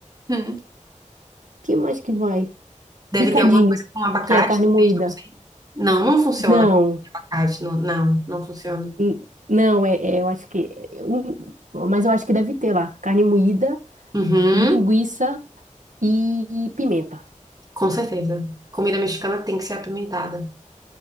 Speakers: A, on the right; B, on the right.
A: hum.
B: que mais que vai?
A: Deve
B: Picadinho,
A: ter alguma coisa com abacate,
B: que é a carne
A: talvez,
B: moída.
A: não sei. Não, não funciona.
B: Não.
A: Abacate, não, não, não funciona.
B: N- Não, é, é, eu acho que. eu- Mas eu acho que deve ter lá. Carne moída,
A: Uhum,
B: linguiça e pimenta.
A: com certeza. Comida mexicana tem que ser apimentada.